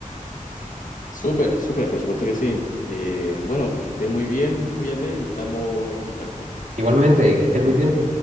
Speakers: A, on the left (about 70°); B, on the right (about 75°).
A: Súper, súper, por supuesto que sí. Eh, bueno, que estés muy bien, cuídate y estamos en contacto.
B: Igualmente, que estén muy bien.